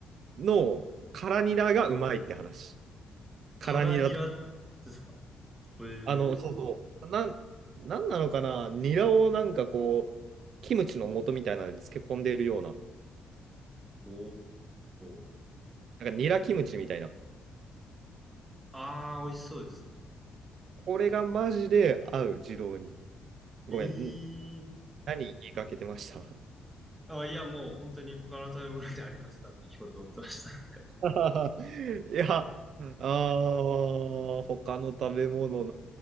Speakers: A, on the right; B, on the right.
A: の辛ニラがうまいって話。辛ニラと、
B: カラニラですかええー、
A: あの、そうそう、なん、なんなのかな、ニラをなんかこう、キムチの素みたいなので漬け込んでるような、
B: おー。
A: なんかニラキムチみたいな。
B: ああ、美味しそうですね。
A: これがマジで合う、二郎に。ごめん、
B: ええ
A: ん何言いかけてました
B: あ、いや、もう本当に他の食べ物でありますかって聞こうと思ってました。なんか
A: <laughs> いや、あー、他の食べ物